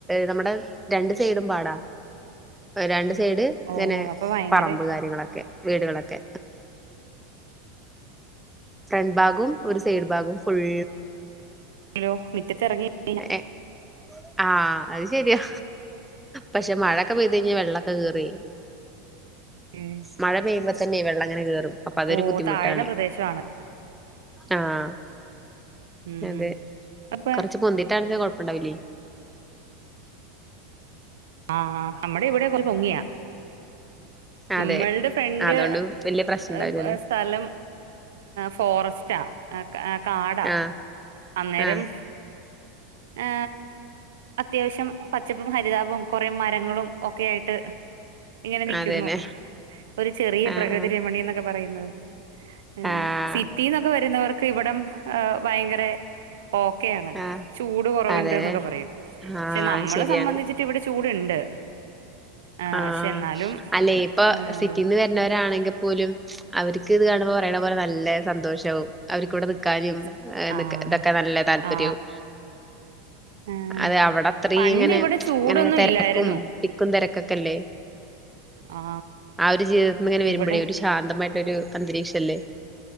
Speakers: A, in the centre; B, on the right.
A: നമ്മടെ രണ്ട് സൈഡും പാടാ രണ്ട്- സൈഡ്
B: ഓ
A: പിന്നെ
B: അപ്പൊ ഭയങ്കര
A: പറമ്പ് കാര്യങ്ങളൊക്കെ. വീടുകളൊക്കെ ഫ്രണ്ട് ബാഗും ഒരു സൈഡ് ബാഗും ഫുള്
B: ഹലോ മുറ്റത്തിറങ്ങി കഴിഞ്ഞ
A: ഏഹ് ആഹ് അത് ശരിയാ പക്ഷെ മഴൊക്കെ പെയ്ത് കഴിഞ്ഞാ വെള്ളൊക്കെ കേറി
B: ഉം
A: മഴ പെയ്പ തന്നെ വെള്ളംങ്ങനെ കേറും അപ്പൊ അതൊരു
B: ഓ
A: ബുദ്ധിമുട്ടാണ്
B: താഴ്ന്ന പ്രദേശം ആണ്
A: ആഹ്
B: ഉം
A: അതെ
B: അപ്പൊ
A: കൊറച്ച് പൊന്തിട്ടാണച്ചാ കൊഴപ്പുണ്ടാവില്ലേ
B: ആഹ് നമ്മടെ ഇവിടെ പൊങ്ങിയ
A: അതെ
B: നമ്മളുടെ ഫ്രണ്ട്
A: അതുകൊണ്ട് വല്യ പ്രശ്നം ഉണ്ടാവില്ലല്ലേ
B: ങ് സ്ഥലം ഫോറസ്റ്റാ ആ കാടാ
A: ആഹ്
B: അന്നേരം
A: ആഹ്
B: ആ അത്യാവശ്യം പച്ചപ്പും ഹരിതാഭവും കുറെ മരങ്ങളും ഒക്കെ ആയിട്ട് ഇങ്ങനെ നിക്കുന്നു
A: അതെല്ലേ
B: ഒരു ചെറിയ
A: ആഹ്
B: പ്രകൃതി
A: ആഹ്
B: രമണിയ എന്നൊക്കെ പറയുന്നത് ങ്
A: ആഹ്
B: സിറ്റിന്നൊക്കെ വരുന്നവർക്ക് ഇവിടം ഭയങ്കര ഓക്ക ആാണ്
A: ആഹ്
B: ചൂട് കുറവുണ്ട്
A: അതെല്ലേ
B: എന്നൊക്കെ പറയും
A: ആഹ്
B: പക്ഷെ നമ്മളെ
A: ശരിയാണ്
B: സംബന്ധിച്ചിട്ട് ഇവിടെ ചൂടുണ്ട് ആ,
A: ആഹ്
B: പക്ഷെ എന്നാലും
A: അല്ലെ ഇപ്പൊ
B: ഏഹ്,
A: സിറ്റിന്ന് വരുന്നവരാണെങ്കിൽ പോലും അവർക്ക് ഇത് കാണുമ്പോൾ പറയണ പോലെ നല്ല സന്തോഷവും അവർക്കൂടെ ക്കാന്
B: സ- ആ
A: ഇതൊക്കെ നല്ല താല്പര്യവും
B: ആ ഏഹ്,
A: അത് അവിടെ അത്രയും
B: പണ്ട്
A: ഇങ്ങനെ
B: ഇവിടെ ചൂടൊന്നും
A: ഇങ്ങനെ തിരക്കും
B: ഇല്ലായിരുന്നു
A: തരെക്കും തിരക്കും ക്കല്ലേ
B: ആ
A: ആ ഒരു ജീവിതങ്ങെ വരുമ്പോഴേ
B: ഇവിടെ
A: ശാന്തമായിട്ട് ഒരു അന്തരീക്ഷല്ലേ